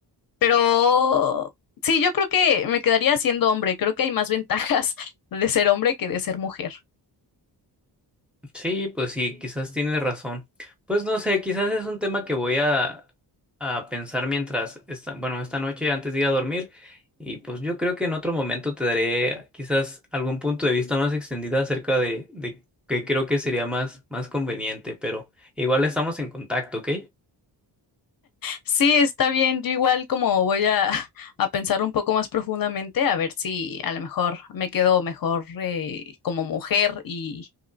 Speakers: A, on the left (about 55°); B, in the centre.
A: Pero sí, yo creo que me quedaría siendo hombre. Creo que hay más ventajas <laughs> de ser hombre que de ser mujer.
B: Sí, pues sí, quizás tienes razón. Pues no sé, quizás es un tema que voy a, a pensar mientras, esta, bueno, esta noche antes de ir a dormir. Y pues yo creo que en otro momento te daré quizás algún punto de vista más extendido acerca de, de qué creo que sería más, más conveniente, pero igual estamos en contacto, ¿ok?
A: Sí, está bien. Yo igual como voy a, <laughs> a pensar un poco más profundamente, a ver si a lo mejor me quedo mejor eh, como mujer y,